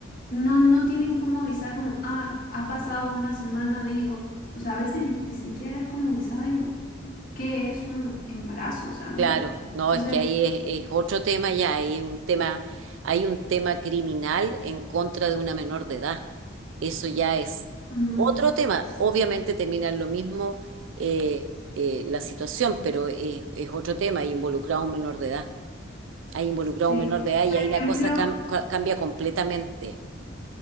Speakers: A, on the left (about 45°); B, on the right (about 75°).
A: no, no tienen cómo avisar como, ah, ha pasado una semana, digo. O sea, a veces ni, ni siquiera es como que saben qué es un embarazo, o sea, no.
B: Claro, no,
A: Entonces,
B: es que ahí es, es otro tema ya, hay un tema, hay un tema criminal en contra de una menor de edad. Eso ya es
A: ujú,
B: otro tema. Obviamente termina en lo mismo eh, eh, la situación, pero es, es otro tema, hay involucrado un menor de edad. Hay involucrado
A: sí.
B: un menor de edad y ahí la
A: ejemplo,
B: cosa cam- ca- cambia completamente.